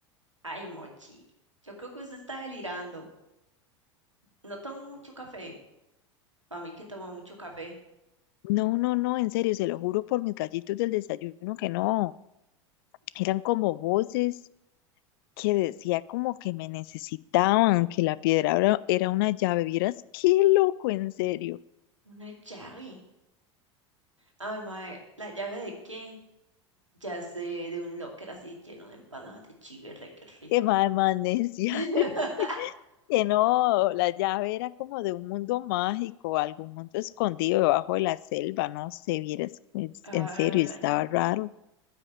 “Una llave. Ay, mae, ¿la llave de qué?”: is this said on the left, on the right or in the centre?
Right